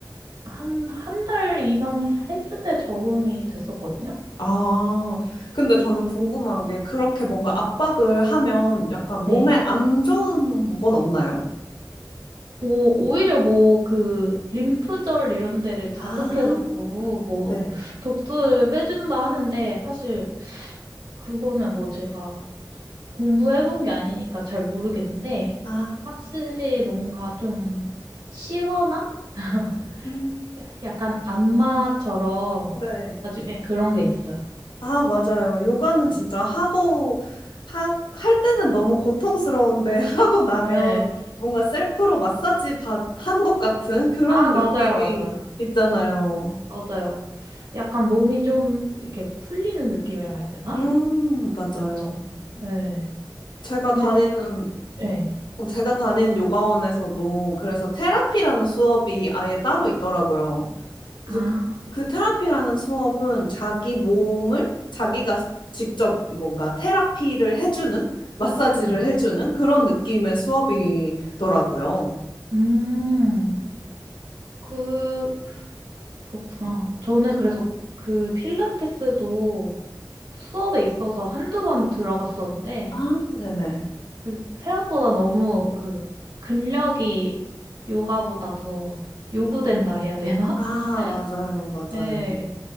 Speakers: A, on the right (about 80°); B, on the left (about 85°).
A: 한, 한 달 이상 했을 때 적응이 됐었거든요.
B: 아, 근데 저는 궁금한 게 그렇게 뭔가 압박을 하면 약간 몸에
A: 네.
B: 안 좋은 건 없나요?
A: 오, 오히려 뭐, 그, 림프절 이런 데를 자극해갖고,
B: 아,
A: 뭐,
B: 네.
A: 독소를 빼준다 하는데, 사실, 그거는 뭐 제가 공부해본 게 아니니까 잘 모르겠는데,
B: 아,
A: 확실히 뭔가 좀 시원한? 야- <laughs>
B: 음,
A: 약간 안마처럼,
B: 네.
A: 나중에 그런 게 있어요.
B: 아, 맞아요. 요가는
A: 네.
B: 진짜 하고, 하, 할 때는 너무 고통스러운데, <laughs> 하고 나면
A: 네.
B: 뭔가 셀프로 마사지 받, 한 것 같은 그런
A: 아, 맞아요,
B: 느낌이
A: 맞아요.
B: 있잖아요.
A: 맞아요. 약간 몸이 좀 이렇게 풀리는 느낌이라 해야 되나?
B: 음, 맞아요.
A: 그쵸. 네.
B: 제가
A: 근데,
B: 다니는,
A: 비- 예.
B: 어, 제가 다니는 요가원에서도 그래서 테라피라는 수업이 아예 따로 있더라고요. 그래서
A: 아,
B: 그, 그 테라피라는 수업은 자기 몸을 자기가 직접 뭔가 테라피를 해주는, 마사지를
A: 네.
B: 해주는 그런 느낌의 수업이더라고요.
A: 음, 그, 그렇구나. 저는 그래서 그 필라테스도 수업에 있어서 한두 번 들어갔었는데,
B: 아, 네네.
A: 그, 생각보다 너무 그, 근력이 요가보다 더 요구된다 해야 되나?
B: 아, 맞아요,
A: <laughs>
B: 맞아요.
A: 예,